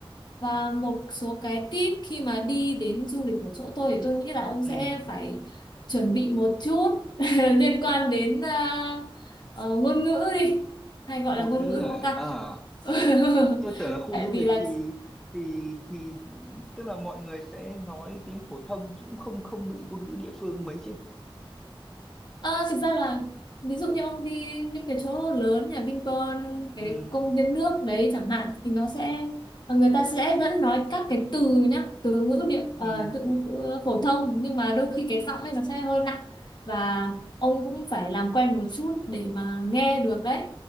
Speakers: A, on the left (about 50°); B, in the centre.
A: và một số cái tip khi mà đi đến du lịch của chỗ tôi thì tôi nghĩ là ông
B: ừ
A: sẽ phải chuẩn bị một chút <laughs> liên quan đến ờ, ờ, ngôn ngữ đi hay gọi
B: ngôn
A: là ngôn
B: ngữ
A: ngữ đúng
B: à
A: không ta
B: ờ
A: <laughs>
B: tôi tưởng là khu
A: tại
B: du
A: vì
B: lịch
A: là
B: thì thì thì tức là mọi người sẽ nói tiếng phổ thông chứ cũng không không bị ngôn ngữ địa phương mấy chứ
A: Ờ, thực ra là ví dụ như ông đi những cái chỗ lớn nhà Vinpearl cái
B: ừ
A: công viên nước đấy chẳng hạn thì nó sẽ ờ, người ta sẽ vẫn nói các cái từ nhá từ ngữ địa ờ,
B: ừ
A: từ ngữ phổ thông nhưng mà đôi khi cái giọng ấy nó sẽ hơi nặng và ông cũng phải làm quen một chút để mà nghe được đấy